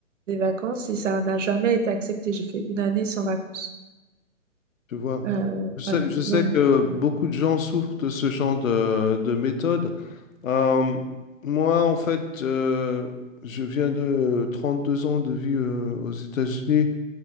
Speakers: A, on the right; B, on the left.
A: des vacances et ça n'a jamais été accepté j'ai fait une année sans vacances
B: Tu vois,
A: Euh,
B: je sais,
A: voilà
B: je sais
A: donc
B: que beaucoup de gens souffrent de ce genre de, de méthode. Euh, moi, en fait, euh, je viens de 32 ans de vie euh, aux États-Unis.